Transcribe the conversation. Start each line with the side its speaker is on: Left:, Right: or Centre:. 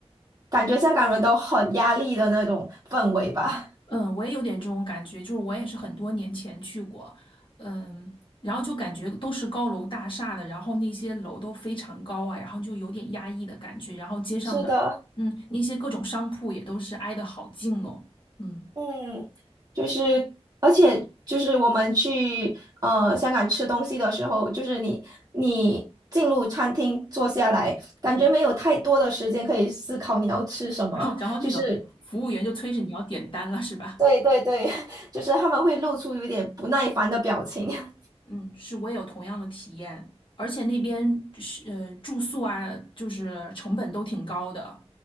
Right: 感觉香港人都很压力的那种氛围吧。
Left: 嗯，我也有点这种感觉，就是我也是很多年前去过，嗯，然后就感觉都是高楼大厦的，然后那些楼都非常高啊，然后就有点压抑的感觉，然后街上的，
Right: <laughs> 是的，
Left: 嗯，那些各种商铺也都是挨得好近哦，嗯，
Right: 嗯，就是而且就是我们去呃香港吃东西的时候，就是你你进入餐厅坐下来，感觉没有太多的时间可以思考你要吃什么。
Left: 然后然后那个服务员就催着你要点单了，
Right: 就是
Left: 是吧？
Right: 对对对，<laughs> 就是他们会露出有点不耐烦的表情。<laughs>
Left: 嗯，是我也有同样的体验，而且那边是呃住宿啊，就是成本都挺高的。